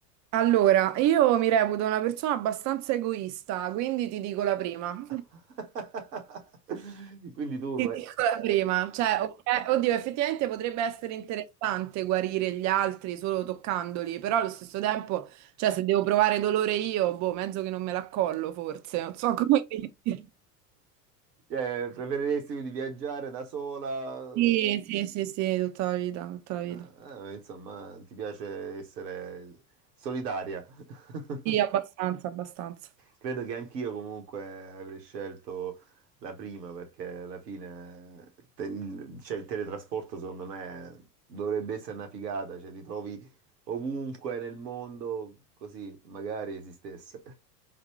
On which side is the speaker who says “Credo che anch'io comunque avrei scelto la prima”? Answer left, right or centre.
Right